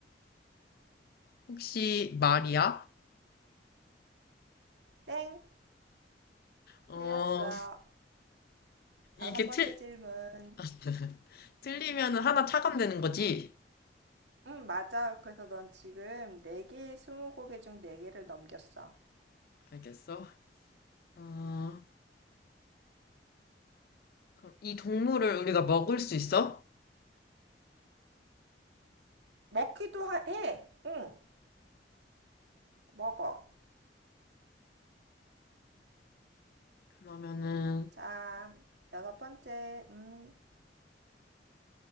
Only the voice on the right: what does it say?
땡!
틀렸어. 다섯
번째
질문.
음, 맞아. 그래서 넌 지금 네개의 스무고개 중 네개를 넘겼어.
먹기도 하- 해! 응, 먹어.
자, 여섯 번째. 음,